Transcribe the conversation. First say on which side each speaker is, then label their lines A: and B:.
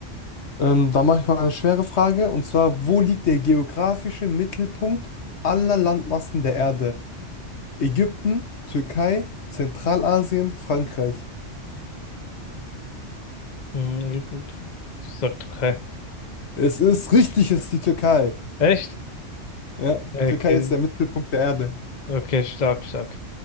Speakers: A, on the left; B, on the left.
A: Ähm, dann mache ich mal eine schwere Frage. Und zwar, wo liegt der geografische Mittelpunkt aller Landmassen der Erde? Ägypten, Türkei, Zentralasien, Frankreich.
B: Mhm, Ich sag Türkei.
A: Es ist richtig, es ist die Türkei.
B: Echt?
A: Ja, die
B: Okay.
A: Türkei ist der Mittelpunkt der Erde.
B: Okay, stark, stark.